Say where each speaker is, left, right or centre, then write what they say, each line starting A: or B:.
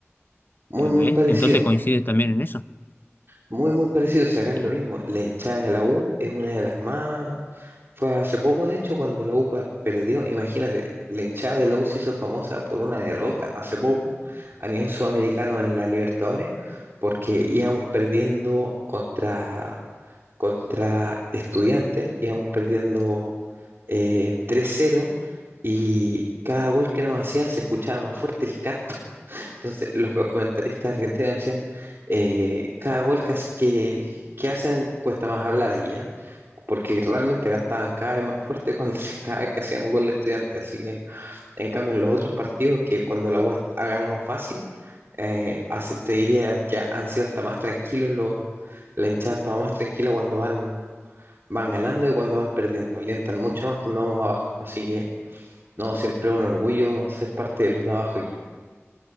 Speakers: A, on the right; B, on the left.
A: muy,
B: ya
A: muy
B: ¿ves?
A: parecido,
B: Entonces coincide también en eso.
A: muy, muy parecido. Si acá
B: Y
A: es lo mismo, la hinchada de la U es una de las más... Fue hace poco, de hecho, cuando la U per- perdió, imagínate, la hinchada de la U se hizo famosa por una derrota hace poco a nivel sudamericano en la Libertadores, porque íbamos perdiendo contra contra Estudiantes, íbamos perdiendo eh, 3-0 y cada gol que nos hacían se escuchaba más fuerte el canto. <laughs> Entonces los, los comentaristas argentinos decían, eh, cada gol que, hace- que, que hacen cuesta más hablar aquí, ¿ah? porque realmente cantaban cada vez más fuerte cuando <laughs> cada vez que hacían un gol de estudiantes Así que, en cambio, en los otros partidos que cuando la UAS ha ganado fácil, eh, hace- te diría que han sido hasta más tranquilos, los, la hinchada estaba más tranquila cuando van van ganando y cuando van perdiendo. Alientan mucho más cuando vamos abajo. Así que, no, siempre es un orgullo ser parte de los de abajo aquí.